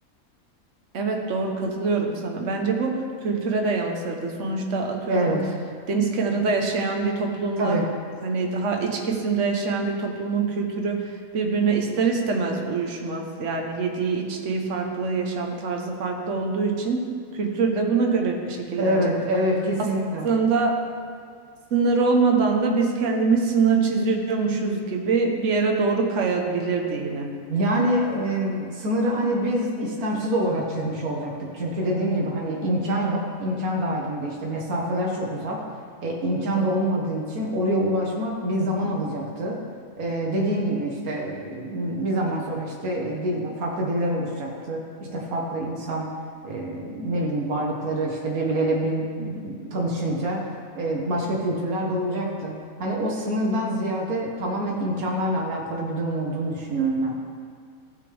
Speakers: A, on the right; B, on the right.
A: Evet doğru katılıyorum sana. Bence bu kültüre de yansırdı. Sonuçta atıyorum
B: Evet,
A: deniz kenarında yaşayan bir toplumla
B: tabii.
A: hani daha iç kesimde yaşayan bir toplumun kültürü birbirine ister istemez uyuşmaz. Yani yediği içtiği farklı, yaşam tarzı farklı olduğu için kültür de buna göre şekillenecektir.
B: Evet, evet kesinlikle.
A: Aslında sınır olmadan da biz kendimiz sınır çiziyormuşuz gibi bir yere doğru kayabilirdi yine.
B: Yani em, sınırı hani biz istemsiz olarak çizmiş olacaktık. Çünkü dediğim gibi hani imkan yok. İmkan dahilinde işte mesafeler çok uzak. E, imkan da olmadığı için oraya ulaşmak bir zaman alacaktı. E, dediğin gibi işte bir zaman sonra işte dil, farklı diller oluşacaktı. İşte farklı insan e, ne bileyim varlıkları işte birbirleriyle bil- tanışınca e, başka kültürler de olacaktı Hani o sınırdan ziyade tamamen imkanlarla alakalı bir durum olduğunu düşünüyorum ben.